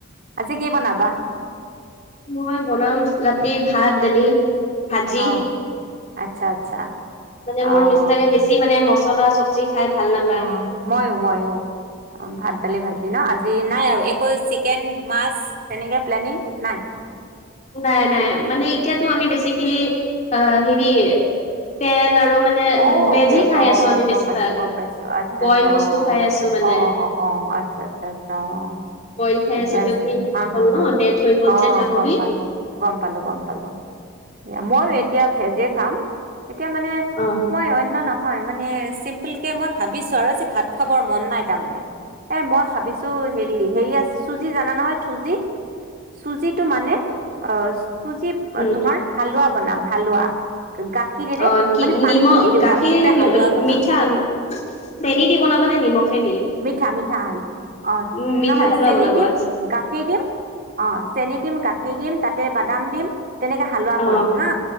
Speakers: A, on the right; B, on the left.
A: আজি কি বনাবা
B: মই বনাম ৰাতি ভাত দালি ভাজি
A: অ আচ্ছা আচ্ছা
B: মানে মোৰ
A: অ অ
B: মিষ্টাৰে বেছি মানে মছলা চবজি খাই ভাল নাপায়
A: অ ময়ো ময়ো অ ভাত ডালি ভাজি ন আ নাই আৰু একো চিকেন মাছ তেনেকে প্লেনিং নাই
B: নাই নাই মানে এতিয়াতো আমি বেচিকেলি অ হেৰি তেল আৰু মানে
A: অ
B: ভেজেই
A: অকে অকে
B: খাই
A: অ
B: আছো আমি বেছিভাগ
A: গম পাইছো গম পাইছো আচ্ছা
B: বইল
A: আচ্ছা
B: বস্তু
A: অ
B: খাই আছো মানে
A: অ অ অ অ আচ্ছা আচ্ছা আচ্ছা অ
B: বইল খাই
A: ঠিকে
B: আছো কিয়
A: আছে
B: কি হেৰি
A: হা
B: হ'ল
A: হা
B: ন
A: হা
B: ডেথ হৈ গ'ল
A: অ
B: যে গাহৰি
A: গম পালো গম পালো গম পালো হেয়া মই এতিয়া ভেজে খাম এতিয়া মানে
B: অ
A: মই নহয় মানে চিম্পেল কে মই ভাবিছো আৰু ভাত খাবৰ মন নাই তামানে এ মই ভাবিছো হেৰি হেৰি আছে চুজি জানা নহয় চুজি চুজিত টো মানে অ চুজি
B: উম
A: তোমাৰ হালোৱা বনাম হালোৱা গাখীৰেৰে
B: অ কি
A: মানে পানীটো
B: নিমখ
A: নিদিওঁ
B: গাখীৰ
A: গাখীৰেৰে
B: নি
A: হালোৱা বনাম
B: মিঠা চেনি দি বনাব নে নিমখে দি
A: মিঠা মিঠা হালোৱা অ
B: উম মিঠা
A: নহয়
B: হালোৱা
A: চেনি
B: বনাব
A: দিম
B: আচ্ছা
A: গাখীৰ দিম অ চেনি দিম গাখীৰ দিম তে বাদাম দিম তেনেকে হালোৱা
B: অ অ
A: কৰিম হা